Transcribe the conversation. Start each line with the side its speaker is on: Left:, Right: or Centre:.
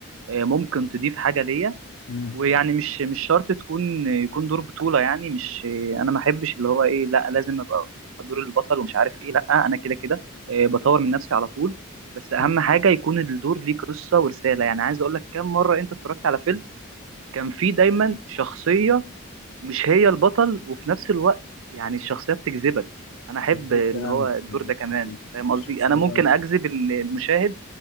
Right: آه، ممكن تضيف حاجه ليا
Left: مم.
Right: ويعني مش مش شرط تكون يكون دور بطولة يعني مش انا ما احبش اللي هو ايه لا لازم ابقى دور البطل ومش عارف ايه لا انا كده كده آه، بطور من نفسي على طول بس اهم
Left: مم.
Right: حاجة يكون الدور ليه قصة ورسالة يعني عايز اقول لك كم مرة انت اتفرجت على فيلم كان فيه دايما شخصية مش هي البطل وفي نفس الوقت يعني الشخصية بتجذبك انا احب
Left: مظبوط
Right: اللي
Left: كلامك
Right: هو الدور
Left: مظبوط
Right: ده كمان
Left: كلامك
Right: فاهم
Left: الشخصية
Right: قصدي انا ممكن اجذب المشاهد